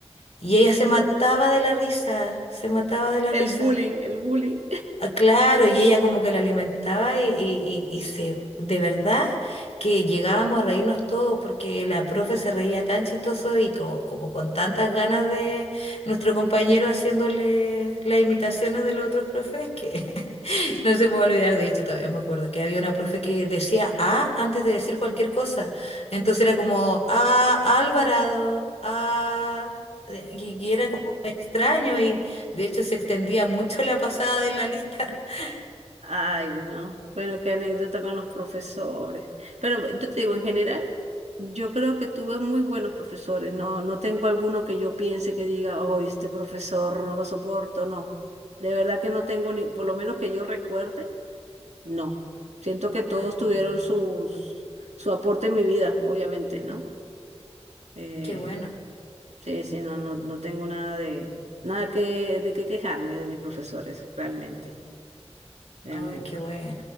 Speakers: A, on the left; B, on the right.
A: Y ella se mataba de la risa, se mataba de la
B: El
A: risa.
B: bullying, el bullying.
A: Ah, Claro, y ella como que la alimentaba y, y- y- y se, de verdad que llegábamos a reírnos todos porque la profe se reía tan chistoso y co- como, con tantas ganas de nuestro compañero haciéndole las imitaciones de los otros profes que <laughs> no se me va a olvidar, de hecho todavía me acuerdo que había una profe que decía A antes de decir cualquier cosa, entonces era como A Alvarado, A eh, Y, y era como extraño y de hecho se extendía mucho la pasada de la lista. <laughs>
B: Ay, no. Bueno, qué anécdota con los profesores. Pero yo te digo, en general, yo creo que tuve muy buenos profesores. No, no tengo alguno que yo piense que diga, oh, este profesor no lo soporto. No. De verdad que no tengo ni, por lo menos que yo recuerde, no. Siento que todos
A: ah
B: tuvieron
A: qué bueno,
B: sus, su aporte en mi vida, obviamente, ¿no? Eh,
A: qué bueno,
B: Sí, sí, no, no, no tengo nada de, nada que, de qué quejarme de mis profesores, realmente, realmente.
A: ay, qué bueno.